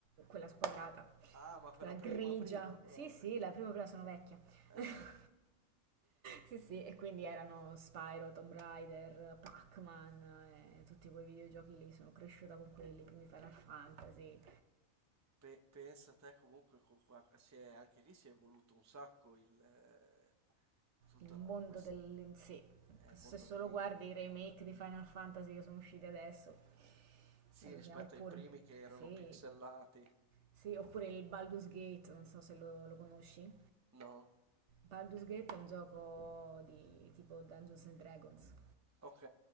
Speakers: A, on the right; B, on the right.
A: quella squadrata,
B: Ah, ma quella
A: quella
B: prima,
A: grigia.
B: prima proprio.
A: Sì, sì, la prima prima sono vecchia.
B: Eh,
A: <laughs> Sì, sì, e quindi erano Spyro, Tomb Raider, Pac-Man, eh, tutti quei videogiochi lì, sono cresciuta con quelli, i primi Final Fantasy,
B: pe- pensa te comunque, co- qua- si è- anche lì si è evoluto un sacco il, eh, tutta
A: il mondo
B: la, la questione.
A: del, sì,
B: È il
A: se
B: mondo
A: solo
B: gaming?
A: guardi i remake di Final Fantasy che sono usciti adesso,
B: Sì,
A: allucina.
B: rispetto
A: Oppure,
B: ai primi che erano
A: sì,
B: pixelati.
A: sì, oppure il Baldur's Gate, non so se lo, lo conosci.
B: No?
A: Baldur's Gate è un gioco di tipo Dungeons and Dragons,
B: Ok.